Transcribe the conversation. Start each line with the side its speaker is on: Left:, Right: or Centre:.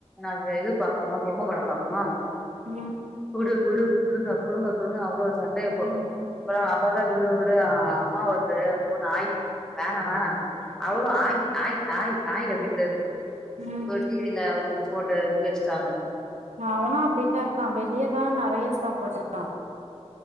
Centre: நாங்க இது பாக்கணு பொம்மை படம் பாக்கணு
Right: ம்
Centre: குடு குடு குடுங்க குடுங்க குடுங்க அவ்ளோ சண்டை இப்போ அப்பற
Right: ம்
Centre: அப்பா தா விடு விடு அம்மாவோடது ஃபோன் ஆயி வேணா வேணா அவருமஆய் ஆய் ஆய் ஆய் அப்டின்றாரு
Right: ம்
Centre: ஒரு டிவில ஃபோட்டோ எடுத்து வச்ட்டாங்க
Right: அவனு அப்டித்தா இருக்கா வெளியேதா நறைய சாப்புட்றா